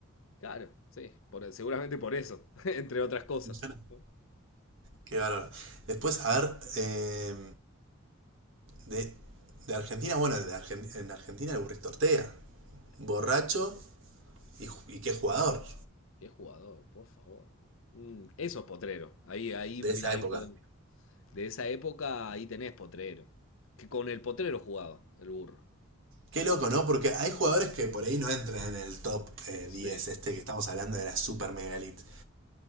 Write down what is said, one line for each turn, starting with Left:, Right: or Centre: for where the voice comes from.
Left: Claro, sí, por- seguramente por eso, <laughs> entre otras cosas.
Right: Un fenómeno.
Left: ¿no?
Right: Qué bárbaro. Después, a ver, eh, de, de Argentina, bueno, de Argen- en Argentina el burrito Ortega,
Left: El
Right: borracho
Left: Bu,
Right: y, ju- y qué jugador
Left: qué jugador, por favor. Mm, eso es Potrero. Ahí, ahí,
Right: de
Left: mira,
Right: esa
Left: ahí
Right: época.
Left: podemos. De esa época, ahí tenés Potrero. Que con el Potrero jugaba, el burro.
Right: Qué loco, ¿no? Porque hay jugadores que por ahí no entran en el top eh,
Left: Sí.
Right: 10 este que estamos hablando de la Super Mega Elite.